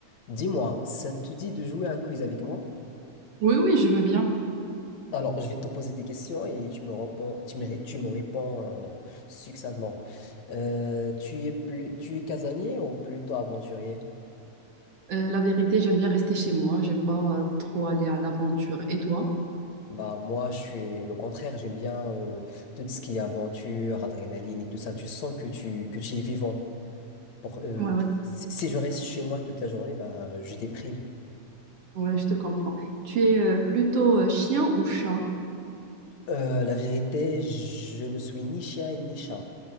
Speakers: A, on the left; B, on the right.
A: Dis-moi, ça te dit de jouer à un quiz avec moi?
B: Oui, oui, je veux bien.
A: Alors, je vais te poser des questions et tu me réponds, tu me, tu me réponds euh, succinctement. Euh, tu es plus, tu es casanier ou plutôt aventurier?
B: Euh, la vérité, j'aime bien rester chez moi. J'aime pas euh, trop aller à l'aventure. Et toi?
A: Bah moi, je suis le contraire. J'aime bien euh, tout ce qui est aventure, adrénaline et tout ça. Tu sens que tu que tu es vivant. Pour, euh,
B: Ouais, ouais,
A: si si je reste chez moi toute la journée, bah je déprime.
B: ouais, je te comprends. Tu es euh, plutôt euh, chien ou chat?
A: Euh, la vérité, je ne suis ni chien et ni chat.